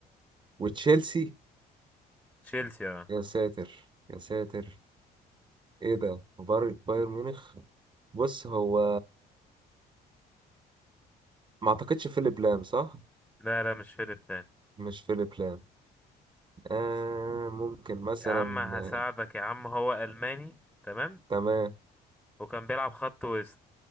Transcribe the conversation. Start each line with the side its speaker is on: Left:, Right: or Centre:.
Right: وتشيلسي
Centre: تشيلسي اه
Right: يا ساتر يا ساتر ايه ده باير بايرن ميونخ بص هو ما اعتقدش فيليب لام صح
Centre: لا لا مش فيرب تاني
Right: مش فيليب لام آه ممكن مثلا
Centre: يا عم هساعدك
Right: آه،
Centre: يا عم هو ألماني تمام
Right: تمام
Centre: وكان بيلعب خط وسط